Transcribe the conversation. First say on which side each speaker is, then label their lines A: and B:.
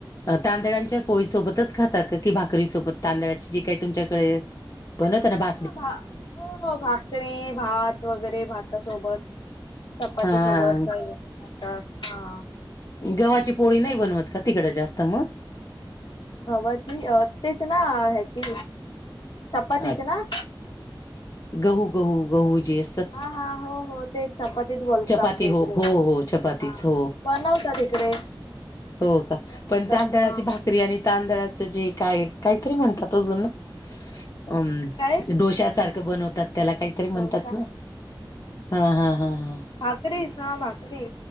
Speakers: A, on the left; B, on the left.
A: तांदळांच्या पोळीसोबतच खातात का की भाकरीसोबत तांदळाची जी काही तुमच्याकडे बनवता ना भा
B: ह भा हो हो भाकरी, भात वगैरे भातासोबत चपाती
A: हां,
B: सोबत काही लोकं खातात हा
A: गव्हाची पोळी नाही बनवत का तिकडं जास्त म?
B: गव्हाची तेच ना ह्याची चपातीची
A: अ,
B: ना?
A: गहू गहू गहू जे अस
B: हा हा हो हो तेच चपातीच बोलतात
A: चपाती
B: आमच्या इकडे
A: हो, हो, हो, चपातीच
B: हा
A: हो.
B: बनवतात इकडे
A: हो का
B: बनवतात
A: पण तांदळाची
B: ना हा
A: भाकरी आणि तांदळाचं जे काय काहीतरी म्हणतात अजून ना? अ
B: काय
A: डोश्यासारखं बनवतात त्याला काहीतरी म्हणतात
B: डोसा
A: ना हा हा हा हा
B: भाकरीचं हा भाकरी